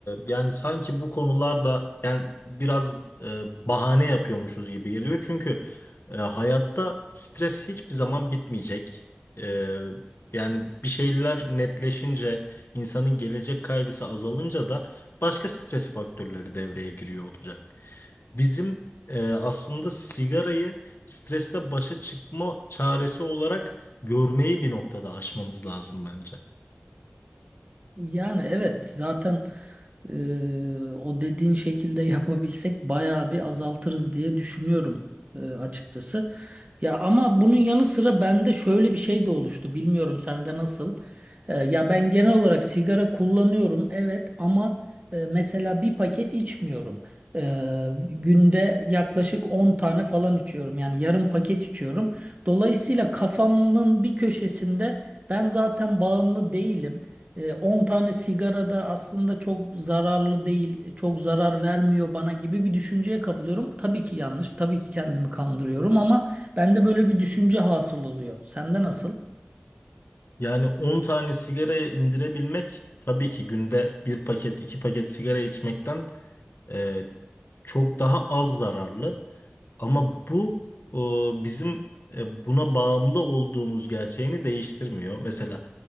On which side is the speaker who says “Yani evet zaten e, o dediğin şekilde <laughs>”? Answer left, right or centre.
Right